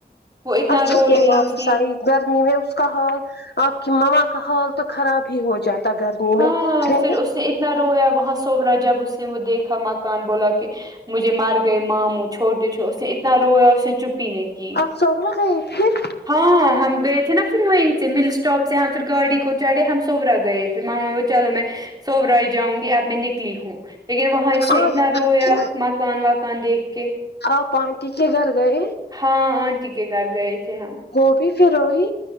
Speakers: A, on the right; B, on the left.
A: وہ اتنا
B: اچھا
A: رو رہی
B: راپس
A: تھی
B: گرمی میں اس کا حال آپ کی مماں کا حال تو خراب ہی ہو جاتا تاگرنی
A: ہاں
B: میں ہےا
A: پھر اس نے اتنا رویا وہاں سوور رہا جب اس نے وہ دیکھا مکان بولا کہ مجھے مار گئے ماموں چھوٹے چھو اس نے اتنا رویا اسے چپی نہیں کی
B: آپ سوب رہا ہے ایک پھر
A: ہاںاں ہم گئے تھے نا پھر وہیں سے مل اسٹاپ سے ہم پھر گاڑی کو چڑھے ہم سورا گئے پھر ماما چلو میں سوورائی جاؤں گی اب میں نکلی ہوں لیکن وہاں اس نے
B: آپ
A: اتنا رویا مکان وکان دیکھ کےہ
B: آپ پانٹی کے گھر گئے
A: ہاں آنٹی کے گھر گئے تھے ہم
B: وہ بھی فھر ائی